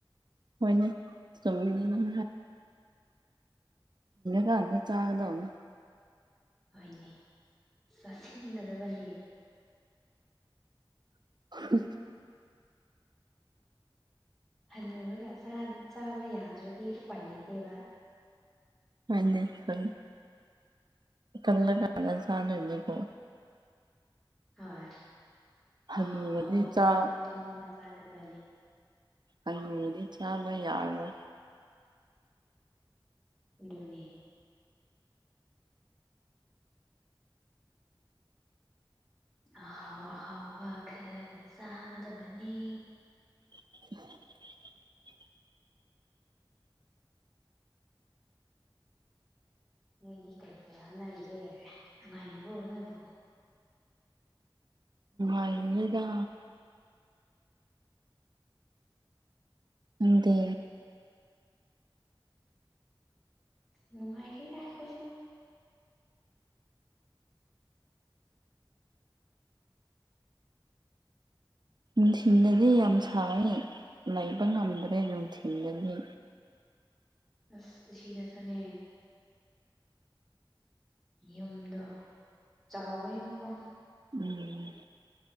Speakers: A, on the right; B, in the centre.
A: ꯍꯣꯏꯅꯦ ꯆꯨꯝꯃꯤ ꯀꯗ ꯆꯥꯒꯗꯅꯤ
B: ꯍꯅꯦ ꯆꯥꯁꯤꯟꯒꯗꯕꯅꯤ
A: <inaudible>
B: ꯍꯟꯅꯨꯔꯒ ꯆꯥꯕ ꯌꯥꯗ꯭ꯔꯗꯤ ꯎꯄꯥꯏ ꯂꯩꯇꯦꯕ
A: ꯍꯅꯦꯦ ꯍ ꯀꯂ ꯀꯥ ꯑꯅꯥꯖꯥꯗ ꯑꯣꯏꯅꯅꯦꯒꯣ
B: ꯍꯣꯏ
A: ꯍꯅꯨꯔꯗꯤ
B: ꯑꯍꯥꯎ ꯑꯍꯥꯎꯕ
A: ꯆꯥ
B: ꯆꯥꯅꯤꯡ ꯆꯥꯅꯤꯡꯕ ꯆꯥꯀꯗꯕꯅꯤ
A: ꯑꯗꯤ ꯆꯥꯕ ꯌꯥꯔꯅꯣ
B: ꯅꯤ ꯑꯍꯥꯎ ꯑꯍꯥꯎꯕ ꯈꯜꯂꯒ ꯆꯥꯒꯗꯕꯅꯤ
A: <inaudible>
B: ꯅꯣꯏꯗꯤ ꯀꯔꯤ ꯀꯔꯤ ꯍꯣꯠꯅꯔꯤꯒꯦ ꯉꯅꯨꯡꯉꯥꯏꯔꯤꯕꯣ ꯅꯣꯏꯕꯨꯣ
A: ꯥꯏꯅꯦꯗꯥ ꯑꯗꯤ
B: ꯅꯉꯥꯏꯔꯤ ꯇꯥꯏ ꯀꯣꯏꯁꯨ
A: ꯅꯨꯡꯊꯤꯟꯗꯗꯤ ꯌꯥꯝ ꯁꯥꯏ ꯂꯩꯕ ꯉꯝꯗ꯭ꯔꯦ ꯅꯨꯡꯊꯤꯟꯜꯗꯗꯤ
B: ꯑꯁ ꯑꯁꯤꯅꯁꯨꯅꯦ ꯌꯨꯝꯗ ꯆꯥꯎꯕꯅꯤꯅꯀꯣ
A: ꯎꯝ